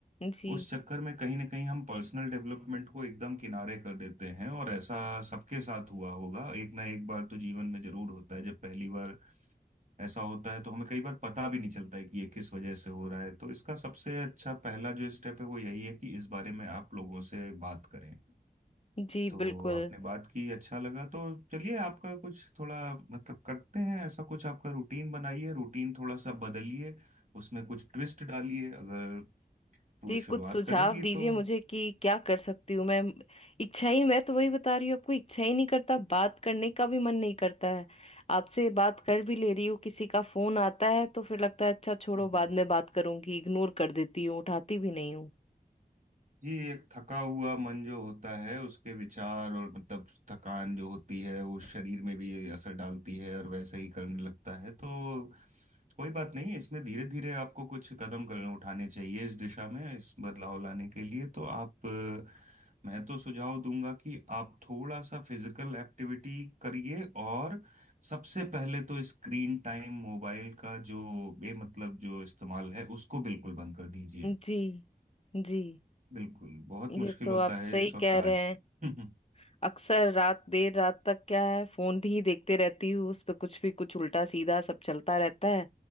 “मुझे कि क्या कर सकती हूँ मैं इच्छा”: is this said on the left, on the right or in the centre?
Left